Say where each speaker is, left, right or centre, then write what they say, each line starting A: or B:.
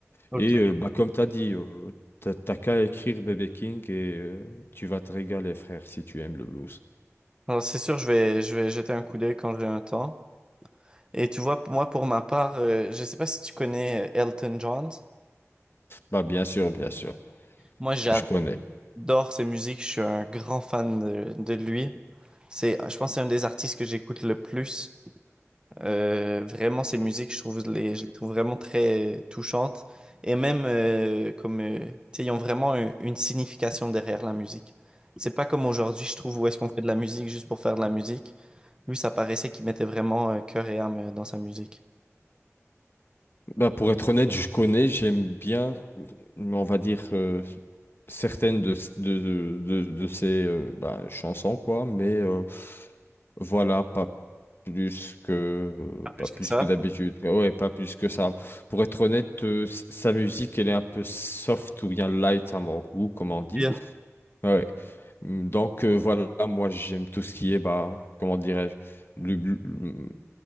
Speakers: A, on the right (about 15°); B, on the left (about 50°).
A: Ok.
B: Et euh, bah, comme tu as dit, euh, t'as t'as qu'à écrire B.B. King et euh, tu vas te régaler, frère, si tu aimes le blues.
A: Alors c'est sûr, je vais, je vais jeter un coup d'œil quand j'ai un temps. Et tu vois, moi pour ma part, euh, je sais pas si tu connais euh, Elton John.
B: Bah, bien sûr, bien sûr,
A: Moi
B: je connais.
A: j'adore ses musiques, je suis un grand fan de, de lui. C'est, je pense que c'est un des artistes que j'écoute le plus. Euh, vraiment, ces musiques, je trouve, les, je les trouve vraiment très euh, touchantes. Et même, euh, comme, euh, tu sais, ils ont vraiment un- une signification derrière la musique. C'est pas comme aujourd'hui, je trouve, où est-ce qu'on fait de la musique juste pour faire de la musique. Lui, ça paraissait qu'il mettait vraiment euh, cœur et âme euh, dans sa musique.
B: Bah, pour être honnête, je connais, j'aime bien, on va dire, euh, certaines de, de, de, de ces euh, bah, chansons, quoi, mais euh, voilà, pas plus que,
A: Plus
B: pas plus
A: que ça.
B: que d'habitude. Ouais, pas plus que ça. Pour être honnête, euh, s- sa musique, elle est un peu soft ou bien light à mon goût, comme on dit.
A: Il y a
B: Ouais. Mm, Donc euh, voilà, moi j'aime tout ce qui est, bah, comment dirais-je, le- le- le-